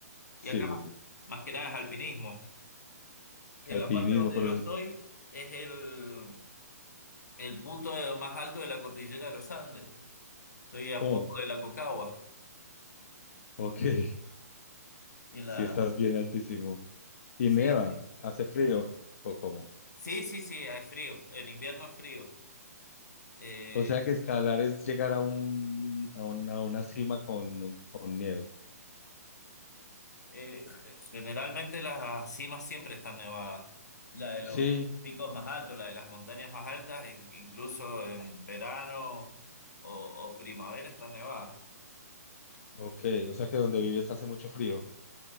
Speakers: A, on the left; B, on the left.
A: Sí,
B: Y acá más, más que nada es alpinismo. En
A: alpinismo,
B: la parte donde
A: pero
B: yo estoy
A: es...
B: es el, el punto de- más alto de la cordillera de los Andes. Estoy a
A: Oh,
B: poco de la Concagua.
A: ok, <laughs>
B: Y la...
A: si estás bien altísimo. ¿Y
B: Sí,
A: neva?
B: sí.
A: ¿Hace frío o cómo?
B: Sí, sí, sí, es frío. En invierno es frío. Eh,
A: O sea que escalar es llegar a un, a una, a una cima con, mon- con nieve.
B: Eh, generalmente las cimas siempre están nevadas. La de los
A: Sí,
B: picos más altos, la de las montañas más altas, e- incluso en verano o, o primavera están nevadas.
A: ok, o sea que donde vives hace mucho frío.